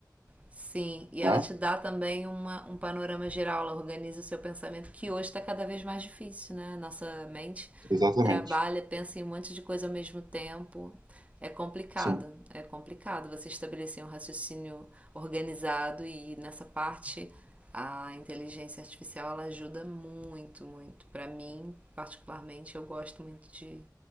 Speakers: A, on the right; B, on the right.
A: Sim, e ela
B: né?
A: te dá também uma, um panorama geral, ela organiza o seu pensamento, que hoje está cada vez mais difícil, né? Nossa mente
B: Exatamente.
A: trabalha, pensa em um monte de coisa ao mesmo tempo. É complicado,
B: Sim.
A: é complicado você estabelecer um raciocínio organizado e nessa parte a inteligência artificial ela ajuda muito, muito. Para mim, particularmente, eu gosto muito de,